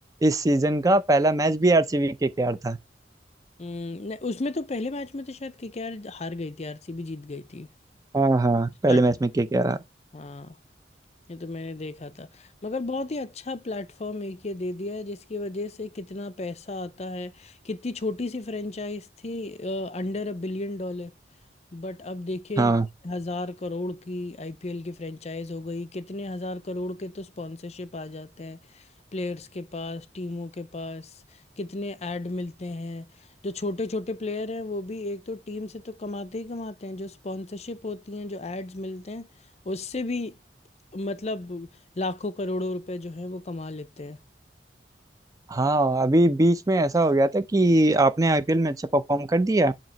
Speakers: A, on the right; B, on the left.
A: इस सीजन का पहला मैच भी आरसीबी के केकेआर था
B: हम्म, नहीं उसमें तो पहले मैच में तो शायद केकेआर हार गई थी आरसीबी जीत गई थी
A: हाँ हाँ
B: स्टार्टिंग
A: पहले मैच में केकेआर
B: में। हाँ ये तो मैंने देखा था मगर बहुत ही अच्छा प्लेटफॉर्म एक ये दे दिया है जिसकी वजह से कितना पैसा आता है कितनी छोटी सी फ्रेंचाइज थी under a billion dollar but अब देखिए
A: हाँ
B: हजार करोड़ की आईपीएल की फ्रेंचाइज हो गई कितने हजार करोड़ के तो स्पॉन्सरशिप आ जाते हैं प्लेयर्स के पास टीमों के पास कितने ऐड मिलते हैं जो छोटे छोटे प्लेयर हैं वो भी एक तो टीम से तो कमाते ही कमाते हैं जो स्पॉन्सरशिप होती हैं जो एड्स मिलते हैं उससे भी मतलब लाखों करोड़ों रुपए जो है वो कमा लेते हैं
A: हाँ अभी बीच में ऐसा हो गया था कि आपने आईपीएल में अच्छा परफॉर्म कर दिया